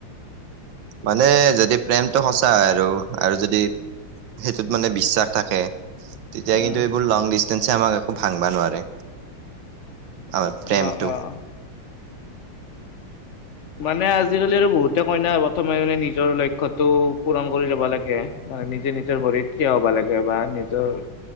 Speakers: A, on the right; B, on the left.
A: মানে যদি প্ৰেমটো সঁচা হয় আৰু- আৰু যদি সেইটোত মানে বিশ্বাস থাকে তেতিয়া
B: উম,
A: কিন্তু এইবোৰ লং ডিচষ্টেন্ঞ্চে আমাক একো ভাংবা নোৱাৰে। আমাৰ প্ৰেমটো।
B: অ', অ'। মানে আজিকালি আৰু বহুতে কয় না প্ৰথমে মানে নিজৰ লক্ষ্যটো পূৰণ কৰি ল'ব লাগে, মানে নিজে নিজৰ ভৰিত থিয় হ'বা লাগে বা নিজৰ